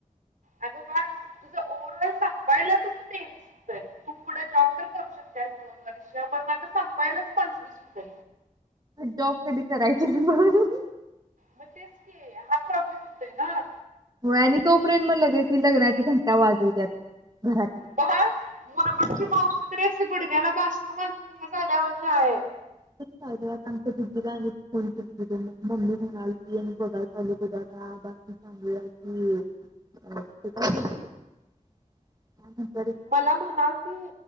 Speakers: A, on the right; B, on the right.
A: अगं बाळ तुझं ओव्हरऑल संपायला तुझं तेवीस हुतय तू पुढं जॉब तर करू शकत्यास दोन वर्ष पण माझं संपायलाच पंचवीस हुतय.
B: जॉब कधी करायची मी म?
A: मग तेच की हाच प्रॉब्लेम होतोय ना.
B: आणि तोपर्यंत मग लगेच लग्नाची घंटा वाजवत्यात घरात.
A: बाळ मुलगुडची मावशी तरी अशी गुडग्याला बाशिंग बांधून हे झाल्यावानी हाय.
B: <unintelligible>
A: मला म्हणालती